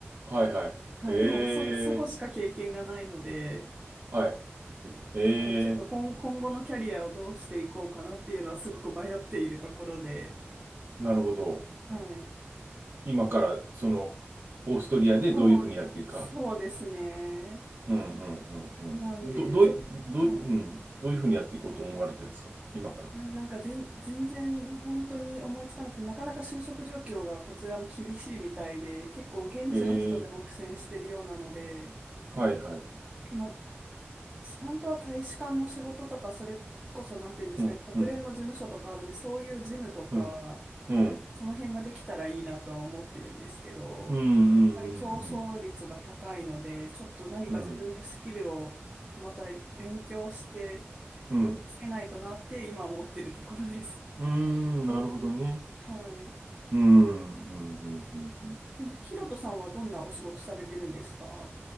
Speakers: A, on the right; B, on the right.
A: あはあはいはい。
B: はい。
A: ええ、
B: でも、そ、そこしか経験がないので、
A: はい。え
B: なので、ちょっと今、
A: え、
B: 今後のキャリアをどうしていこうかなっていうのはすごく迷っているところで、
A: なるほど。
B: はい。
A: 今から、その、オーストリアでどういうふうにやっていくか。
B: そう、そうですね。
A: うん、うん、うん、
B: なんで、
A: うん。ど、どうい、
B: ちょっと、
A: どうい、
B: はい。
A: うん、どういうふうにやっていこうと思われてるんですか今から。
B: いや、なんか全、全然本当に思いつかなくて、なかなか就職状況がこちらも厳しいみたいで、結構現地の人でも苦戦してるようなので、
A: ええ、はい、はい。
B: まあ、本当は大使館の仕事とか、それこそ、なんていうんですかね、
A: うん、
B: 国連の事務所とかあるんで、
A: うん、
B: そういう事務とか、
A: うん、うん、
B: その辺ができたらいいなとは思ってるんですけど、
A: うん、うん、
B: やっぱり競争率が高いので、
A: うん、
B: ちょっと何か自分でスキルをまた勉強して身につけないとなって今思ってるところです。
A: うん、うん、うん、うん、なるほどね。
B: はい。
A: うん、うん、うん、うん。うん
B: でも、ヒロトさんはどんなお仕事されてるんですか